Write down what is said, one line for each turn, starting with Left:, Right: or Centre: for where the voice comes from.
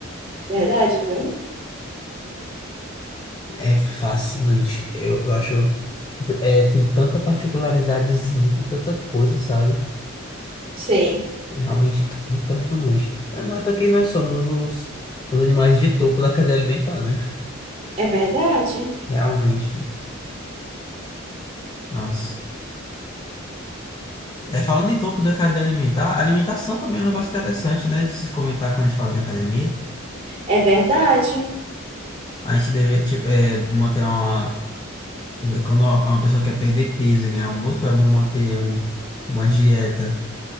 Right: Verdade, viu?
Left: É fascinante. Eu, eu acho. Tipo, é, tem tanta particularidadezinha, tem tanta coisa, sabe?
Right: Sim,
Left: É realmente impressionante. Não não é até que nós somos os, os animais de topo da cadeia alimentar, né?
Right: é verdade.
Left: Realmente. Nossa. É, falando em topo da cadeia alimentar, a alimentação também é um negócio interessante, né? De se comentar quando a gente fala de academia.
Right: É verdade.
Left: A gente deve, tipo, é, manter uma. Quando uma pessoa quer perder peso e ganhar músculo, é bom manter um, uma dieta